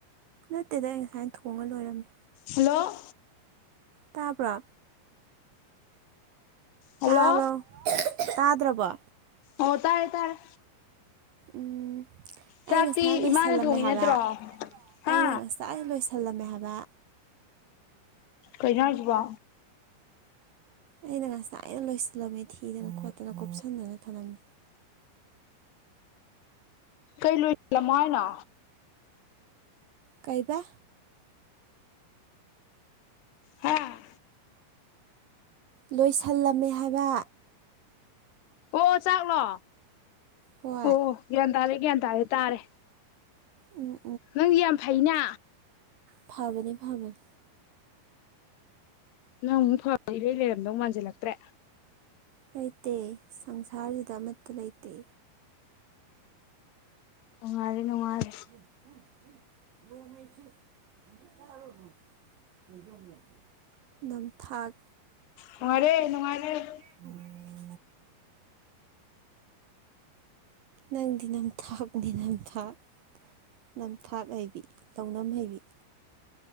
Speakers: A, on the right; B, on the left.
A: ꯅꯠꯇꯦꯗ ꯑꯩ ꯉꯁꯥꯏꯅ ꯊꯣꯡꯉꯒ ꯂꯣꯏꯔꯝꯃꯦ
B: ꯍꯜꯂꯣ
A: ꯇꯥꯕ꯭ꯔꯣ
B: ꯍꯜꯂꯣ
A: ꯇꯥꯕ꯭ꯔꯣ ꯇꯥꯗ꯭ꯔꯕꯣ
B: ꯍꯣ ꯇꯥꯔꯦ ꯇꯥꯔꯦ
A: ꯎꯝ
B: ꯆꯥꯛꯇꯤ
A: ꯑꯩ ꯉꯁꯥꯏ ꯂꯣꯏꯁꯜꯂꯝꯃꯦ
B: ꯏꯃꯥꯅ ꯊꯣꯡꯉꯤ
A: ꯍꯥꯏꯕ
B: ꯅꯠꯇ꯭ꯔꯣ ꯍꯥ
A: ꯑꯩꯅ ꯉꯁꯥꯏ ꯂꯣꯏꯁꯜ ꯁꯜꯂꯝꯃꯦ ꯍꯥꯏꯕ
B: ꯀꯅ ꯍꯥꯏꯁꯤꯕ
A: ꯑꯩꯅ ꯉꯁꯥꯏ ꯑꯥꯏꯩꯅ ꯂꯣꯏꯁꯤꯜꯂꯝꯃꯦ ꯊꯤꯗꯅ ꯈꯣꯠꯇꯅ ꯀꯨꯞꯁꯟꯗꯅ ꯊꯝꯂꯝꯃꯦ
B: ꯀꯩ ꯂꯣꯏꯜꯂꯝꯃꯣ ꯍꯥꯏꯅꯣ
A: ꯀꯩꯕ
B: ꯍꯥꯥ
A: ꯂꯣꯏꯁꯤꯜꯂꯝꯃꯦ ꯍꯥꯏꯕ
B: ꯑꯣ ꯆꯥꯛꯂꯣ
A: ꯍꯣꯏ
B: ꯑꯣ ꯒ꯭ꯌꯥꯟ ꯇꯥꯔꯦ ꯒ꯭ꯌꯥꯟ ꯇꯥꯔꯦ ꯇꯥꯔꯦ
A: ꯎꯝ
B: ꯅꯪꯗꯤ ꯌꯥꯝ ꯐꯩꯅ
A: ꯐꯕꯅꯦ ꯐꯕꯅꯤ
B: ꯅꯪ ꯑꯃꯨꯛ ꯐ ꯏꯔꯩ ꯂꯩꯔꯝꯗꯧ ꯃꯥꯟꯁꯤꯜꯂꯛꯇ꯭ꯔꯦ
A: ꯂꯩꯇꯦ ꯁꯪꯁꯥꯔꯁꯤꯗ ꯑꯃꯠꯇ ꯂꯩꯇꯦ
B: ꯅꯨꯡꯉꯥꯏꯔꯦ ꯅꯨꯡꯉꯥꯏꯔꯦ
A: <unintelligible> ꯅꯝꯊꯥꯛ
B: ꯅꯨꯡꯉꯥꯏꯔꯦ ꯅꯨꯡꯉꯥꯏꯔꯦ
A: ꯎ ꯅꯪꯗꯤ ꯅꯝꯊꯥꯛꯅꯤ ꯅꯝꯊꯥꯛ ꯅꯝꯊꯥꯛ ꯍꯩꯕꯤ ꯂꯧꯅꯝ ꯍꯩꯕꯤ